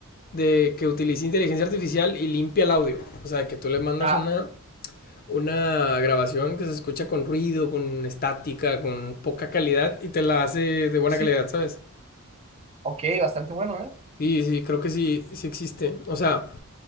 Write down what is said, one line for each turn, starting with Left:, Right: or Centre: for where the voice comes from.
Left: de que utilice inteligencia artificial y limpia el audio. O sea, que tú le mandas
Right: Ah,
Left: una, una grabación que se escucha con ruido, con estática, con poca calidad y te la hace de buena
Right: sí,
Left: calidad, ¿sabes?
Right: ok, bastante bueno, ¿eh?
Left: Sí, sí, creo que sí, sí existe. O sea,